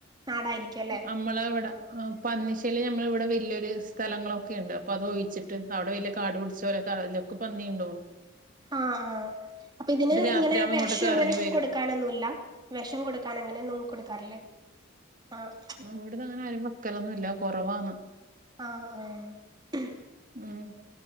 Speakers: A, on the right (about 20°); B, on the right (about 40°).
A: നാടായിരിക്കും അല്ലേ
B: നമ്മളവിടെ പന്നിശലൃം നമ്മളിവി അവിടെ വല്ല്യരു സ്ഥലങ്ങളൊക്കെ ഇണ്ട് അപ്പൊ അത് ഒഴിച്ചിട്ട് അവിടെ വല്ല്യ കാട് പിടിച്ച പോലൊക്കെ അതിലൊക്കെ പന്നിണ്ടോവും
A: ആഹ് ആഹ് അപ്പൊ ഇതിന്
B: രാത്രിയാകുമ്പോ
A: ഇങ്ങനെ വെഷം
B: ഇങ്ങോട്ടൊക്കെ
A: അങ്ങനെ
B: ഇറങ്ങി
A: ഒന്നും
B: വരും
A: കൊടുക്കാനൊന്നുല്ല വെഷം കൊടുക്കാൻ അങ്ങനെ കൊടുക്കാറില്ലേ ആഹ്
B: മൂട്ത്ത ആരും വെക്കലൊന്നുല്ല കുറവാന്ന്
A: ആഹ്ആഹ്
B: ഉം